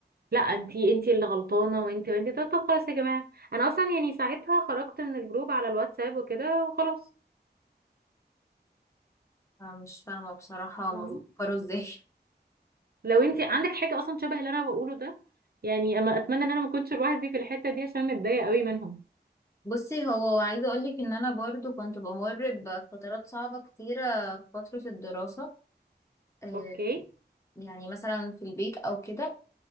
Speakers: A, on the right; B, on the left.
A: لا انتي انتي اللي غلطانة وانتي وانتي طب طب خلاص يا جماعة انا اصلا يعني ساعتها خرجت من الجروب على الواتساب وكده وخلاص
B: أنا مش فاهمة بصراحة
A: فاهمة؟
B: هما بيفكروا ازاي <laughs>
A: لو انتي عندك حاجة اصلا شبه اللي انا بقوله ده يعني اما اتمنى ان انا ما كنتش لوحدي في الحتة دي عشان متضايقة قوي منهم
B: بصي هو عايزة اقولك ان انا برضو كنت بمر بفترات صعبة كتيرة في فترة الدراسة آه،
A: اوكي
B: يعني مثلا في البيت او كده